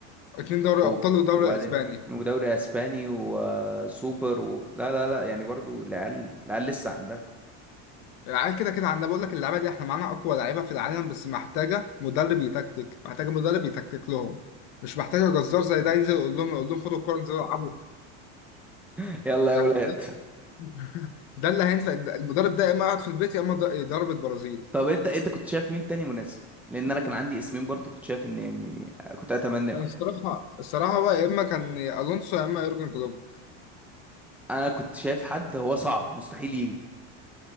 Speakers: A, on the left (about 55°); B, in the centre.
A: اتنين دوري
B: و-
A: ابطال ودوري
B: وبعدين
A: اسباني
B: ودوري اسباني وسوبر و... لا لا لا يعني برضو العيال العيال لسه عندها
A: العيال كده كده عندنا بقول لك اللعيبه دي احنا معانا اقوى لعيبه في العالم بس محتاجه مدرب يتكتك محتاجه مدرب يتكتك لهم مش محتاجه جزار زي ده ينزل يقول لهم يقول لهم خدوا الكوره انزلوا العبوا
B: <laughs> يلا يا
A: يعني
B: اولاد
A: ده, <laughs> ده اللي هينفع المدرب ده يا اما يقعد في البيت يا اما ض- يدرب البرازيل
B: طب انت انت كنت شايف مين تاني مناسب لان انا كان عندي اسمين برضو كنت شايف ان يعني كنت اتمناه
A: كان الصراحه الصراحه هو يا اما كان الونسو يا اما يورجن كلوب
B: انا كنت شايف حد هو صعب مستحيل يجي